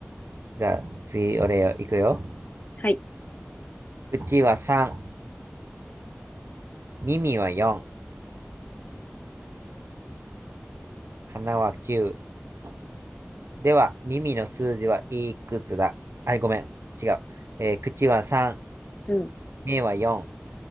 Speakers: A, on the right; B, on the left.
A: じゃあ、次、俺よ、いくよ。
B: はい。
A: 口は3、耳は4、鼻は9。では、耳の数字はいくつだあ、ごめん、違う。えー口は3、
B: うん。
A: 目は4、